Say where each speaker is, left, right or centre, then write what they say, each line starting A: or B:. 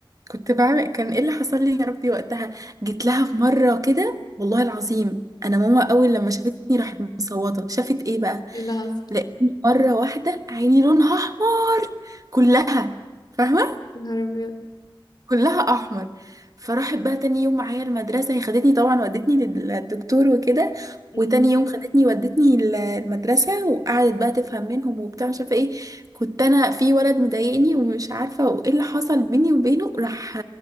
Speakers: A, on the right; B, on the left.
A: كنت بعمل كان ايه اللي حصل لي يا ربي وقتها جيت لها في مره كده والله العظيم انا ماما اول لما شافتني راحت مصوته شافت ايه بقى
B: ايه اللي حصل
A: لقيتني مره واحده عيني لونها احمر كلها فاهمه
B: يا نهار ابيض
A: كلها احمر فراحت بقى تاني يوم معايا المدرسه هي خدتني طبعا ودتني للدكتور وكده
B: مم.
A: وتاني يوم خدتني ودتني ال- المدرسه وقعدت بقى تفهم منهم وبتاع مش عارفه ايه كنت انا في ولد مضايقني ومش عارفه وايه اللي حصل بيني وبينه راح